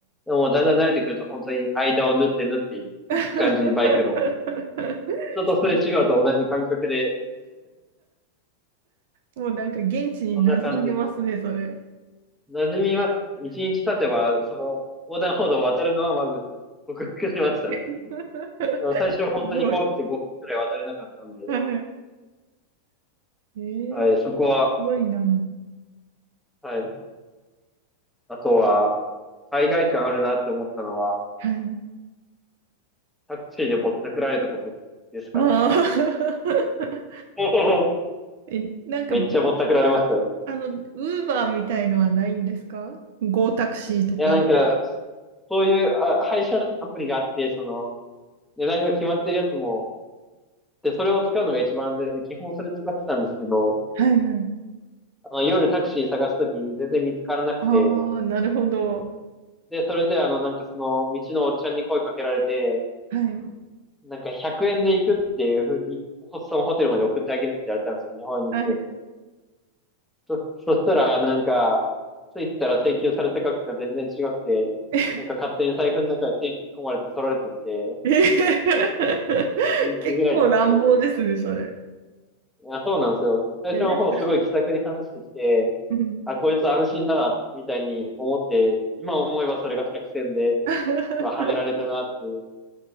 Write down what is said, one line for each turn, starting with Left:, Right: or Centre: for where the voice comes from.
Centre: でもだんだん慣れてくると本当に間を縫って縫っていく感じ、
Right: <laughs>
Centre: バイクの。人とすれ違うと同じ感覚で、
Right: もうもうなんか現地に馴染んでますね、
Centre: そんな感じ。
Right: それ。
Centre: 馴染みます。一日経てば、その、横断歩道を渡るのはまず、克服しましたね。
Right: <laughs> す
Centre: でも最初は本当に怖くて5分くらい渡れなかったんで、
Right: ごい。はい。ええ
Centre: はい、そこは、
Right: すごいな。
Centre: はい。あとは、海外感あるなって思ったのは、
Right: はい。
Centre: タクシーでぼったくられたことですかね。
Right: ああ。
Centre: <laughs>
Right: <laughs> え、なんかベトナムは、
Centre: めっちゃぼったくられましたよ。
Right: あの、ウーバーみたいのはないんですかゴータクシーとか。
Centre: いや、なんか、そういうあ配車アプリがあって、その、値段が決まってるやつも、で、それを使うのが一番安全で、基本それ使ってたんですけど、
Right: はいはい。
Centre: あの、夜タクシー探すときに全然見つからなくて、
Right: ああ、なるほど。
Centre: で、それであの、なんかその、道のおっちゃんに声かけられて、
Right: はい。
Centre: なんか100円で行くっていうふう、いホそのホテルまで送ってあげるって言われたんですよ、日本円にして。
Right: はい。
Centre: そ、そしたら、なんか、着いたら請求された額が全然違くて、
Right: <laughs> え
Centre: なんか勝手に財布の中で手突っ込まれて取られてって、
Right: ー <laughs>
Centre: に
Right: 結構乱暴ですね、
Centre: 逃げられちゃって。
Right: それ。
Centre: あ、そうなんですよ。最初の方すごい気さくに話してきて、
Right: いや、なんか、うん
Centre: あ、こいつ安心だな、みたいに思って、今思えばそれが作戦で、
Right: <laughs>
Centre: うわはめられたなっていう